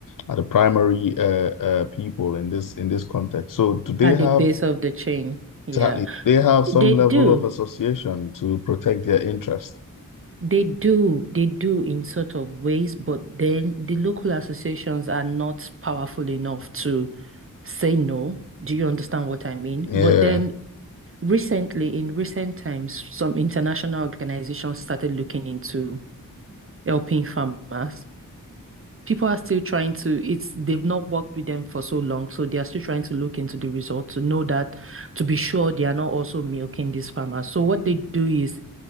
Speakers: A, on the left; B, on the right.
A: are the primary uh, uh, people in this in this context. So do they
B: at
A: have
B: the base of the chain. Yeah.
A: exactly? do They have some
B: They
A: level
B: do,
A: of association to protect their interest.
B: they do, they do in sort of ways, but then the local associations are not powerful enough to say no. Do you understand what I mean?
A: Yeah.
B: But then recently, in recent times, some international organizations started looking into helping farmers. People are still trying to, it's they've not worked with them for so long, so they are still trying to look into the results to know that to be sure they are not also milking these farmers. So what they do is